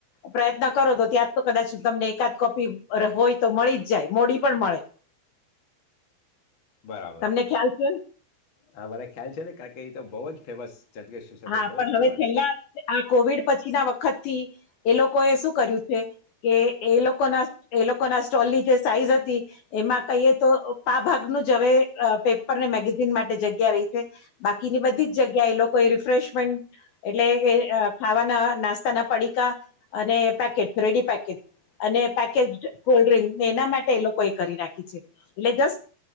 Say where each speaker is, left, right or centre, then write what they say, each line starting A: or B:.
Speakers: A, on the left (about 70°); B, on the left (about 45°).
A: પ્રયત્ન કરો તો ત્યાં તો કદાચ તમને એકાદ કોપી હોય તો મળી જ જાય મોડી પણ મળે
B: બરાબર
A: તમને ખ્યાલ છે ને
B: હા ભલે ખ્યાલ છે ને કાર કે તો બહુ જ ફેમસ જજગેશ કિશોર
A: હા
B: પર બહુ
A: પણ
B: જ
A: હવે
B: ફેમસ
A: છેલ્લા આ કોવિડ પછી ના વખત થી એ લોકો એ શું કર્યું છે કે એ લોકોના એ લોકોના સ્ટોલની જે સાઈઝ હતી એમાં કહીએ તો પા ભાગનું જ હવે પેપરને મેગેઝિન માટે જગ્યા રહી છે બાકીની બધી જ જગ્યા એ લોકો કોઈ રિફ્રેશમેન્ટ એટલે કે ખાવાના નાસ્તાના પડીકા અને પેકેટ રેડી પેકેટ અને પેકેજ કોલ્ડ્રિંકને એના માટે એ લોકો એ કરી નાખી છે એટલે જસ્ટ